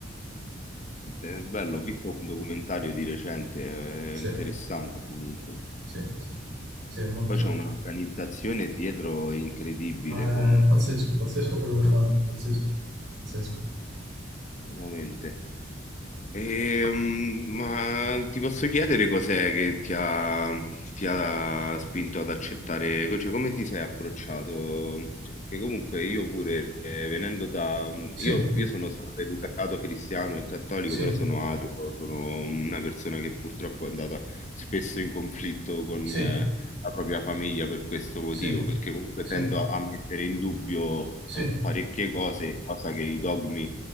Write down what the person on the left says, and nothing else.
È bello, ho visto un documentario di recente, è
interessante comunque.
Poi c'è un'organizzazione dietro incredibile
comunque,
veramente. Ehm, ma ti posso chiedere cos'è che ti ha, ti ha spinto ad accettare, cioè come ti sei approcciato? Perché comunque io pure, eh, venendo da... mm,
Io, io sono stato educato cristiano e cattolico,
però sono ateo, sono una persona che purtroppo è andata spesso in conflitto con,
eh, la propria famiglia per questo motivo,
perché comunque
tendo a mettere in dubbio
parecchie cose, cosa che i dogmi